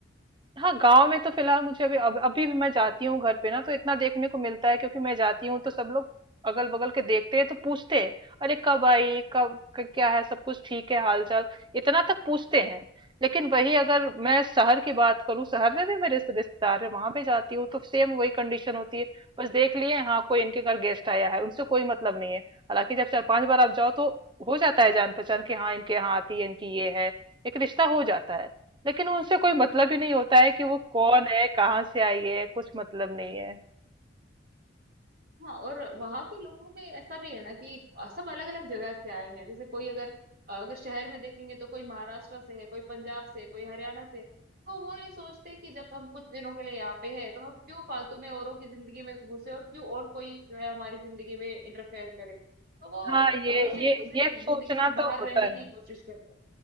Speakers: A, on the right; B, on the right.
A: हाँ गांव में तो फिलहाल मुझे अभी अब, अभी भी मैं जाती हूँ घर पे ना तो इतना देखने को मिलता है क्योंकि मैं जाती हूँ तो सब लोग अगल बगल के देखते हैं तो पूछते हैं अरे कब आई कब क- क्या है सब कुछ ठीक है हाल चाल इतना तक पूछते हैं लेकिन वही अगर मैं शहर की बात करूँ शहर में भी मेरे रिश्ते- रिश्तेदार है वहां पे जाती हूँ तो सेम वही कंडीशन होती है बस देख लिए हाँ कोई इनके घर गेस्ट आया है उनसे कोई मतलब नहीं है हालांकि जब चार पांच बार आप जाओ तो हो जाता है जान पहचान कि हाँ इनके यहाँ आती है इनकी ये है एक रिश्ता हो जाता है लेकिन उनसे कोई मतलब ही नहीं होता है कि वो
B: हाँ
A: कौन है कहाँ से आई है कुछ मतलब नहीं है
B: हाँ और वहां के लोगों में ऐसा भी है ना कि सब अलग अलग जगह से आए हैं जैसे कोई अगर अगर शहर में देखेंगे तो कोई महाराष्ट्र से है कोई पंजाब से कोई हरियाणा से तो वो नहीं सोचते कि जब हम कुछ दिनों के लिए यहाँ पे है तो हम क्यों फालतू में औरों की जिंदगी में घुसे और क्यों और कोई जो है हमारी जिंदगी में इंटरफेयर करे तो वो
A: हाँ ये
B: हमेशा एक
A: ये
B: दूसरे
A: ये
B: के
A: सोचना
B: जिंदगी से बाहर
A: तो होता
B: रहने
A: है
B: की कोशिश करते हैं